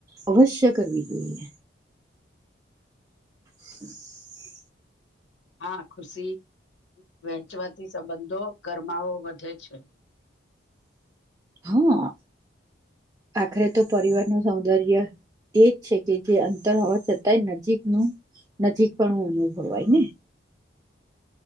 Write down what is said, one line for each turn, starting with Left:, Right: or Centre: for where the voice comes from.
Right: અવશ્ય કરવી જોઈએ <inaudible>
Left: હા ખુશી વહેંચવાથી સંબંધો ગરમાવો વધે છે
Right: હા આખરે તો પરિવારનું સૌંદર્ય એજ છે કે જે અંતર હોવા છતાંય નજીકનું નજીક પણ અનુભવાયને